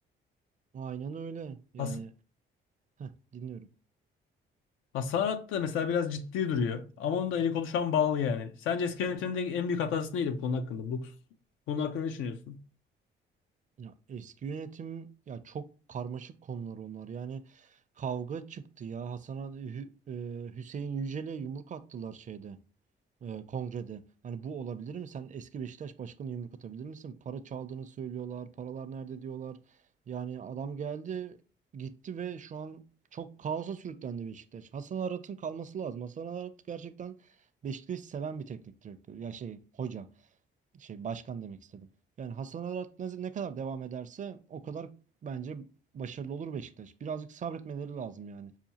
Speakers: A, on the right (about 40°); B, on the left (about 80°).
A: Aynen öyle. Yani
B: Asıl
A: heh, dinliyorum.
B: Hasat da mesela biraz ciddi duruyor. Ama onun da eli kolu şu an bağlı yani. Sence eski yönetimdeki en büyük hatası neydi bu konu hakkında? Bu konu hakkında ne düşünüyorsun?
A: Ya eski yönetim ya çok karmaşık konular onlar. Yani kavga çıktı ya. Hasan'a Hü- e, Hüseyin Yücel'e yumruk attılar şeyde. e, kongrede. Hani bu olabilir mi? Sen eski Beşiktaş başkanı yumruk atabilir misin? Para çaldığını söylüyorlar. Paralar nerede diyorlar. Yani adam geldi, gitti ve şu an çok kaosa sürüklendi Beşiktaş. Hasan Arat'ın kalması lazım. Hasan Arat gerçekten Beşiktaş'ı seven bir teknik direktör. Ya şey, hoca şey başkan demek istedim. Yani Hasan Arat ne, ne kadar devam ederse o kadar bence başarılı olur Beşiktaş. Birazcık sabretmeleri lazım yani.